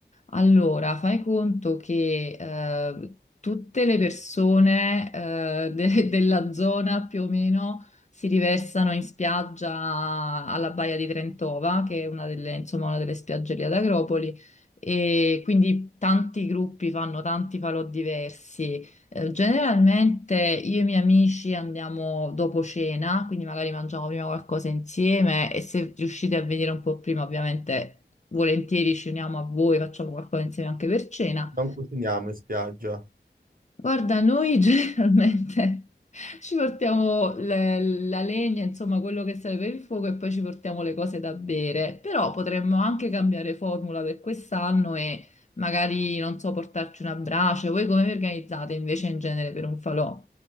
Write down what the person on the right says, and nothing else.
Non cuciniamo in spiaggia.